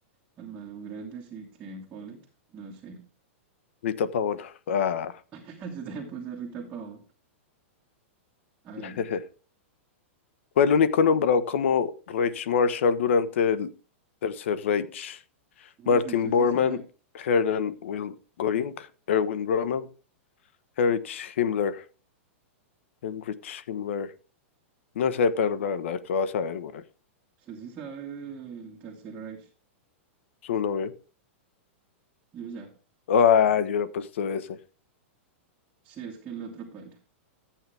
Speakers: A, on the right; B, on the left.
A: Almadón Grandes y Ken Follett. No sé.
B: Rita Pavón. Ah,
A: <laughs> Yo también puse Rita Pavón. Hágale.
B: <laughs> Fue el único nombrado como Reich Marshal durante el Tercer Reich.
A: Uy,
B: Martin
A: usted
B: Bormann,
A: sí sabe.
B: Hermann Will Göring, Erwin Rommel, Heinrich Himmler. Heinrich Himmler. No sé, pero la verdad, ¿qué vas a ver, güey?
A: Usted sí sabe del Tercer Reich.
B: Su nombre
A: Yo ya.
B: Ah, yo hubiera puesto ese.
A: Sí, es que el otro paila.